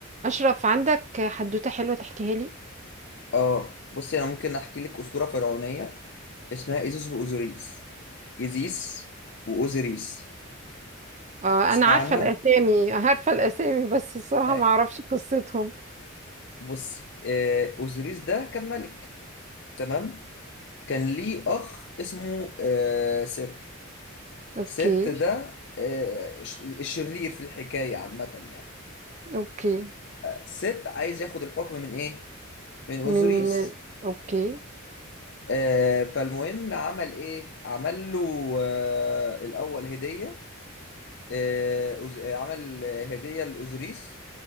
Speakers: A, on the right; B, on the left.
A: أشرف عندك حدوتة حلوة تحكيها لي
B: اه بصي انا ممكن احكي لك اسطوره فرعونيه اسمها ايزيس واوزوريس ايزيس واوزوريس
A: آه
B: تسمع
A: أنا عارفة
B: عنها
A: الأسامي عارفة الأسامي بس الصراحة
B: آه،
A: ما أعرفش قصتهم
B: بصي آه، اوزوريس ده كان ملك تمام كان ليه اخ اسمه آه، ست
A: أوكي
B: ست ده آه، الش- الشرير في الحكايه عامه يعني
A: أوكي
B: فست عايز ياخد الحكم من ايه من اوزوريس
A: من أوكي
B: آه، فالمهم عمل ايه عمل له آه، الاول هديه آه، أوز- آه، عمل آه، هدية لأوزوريس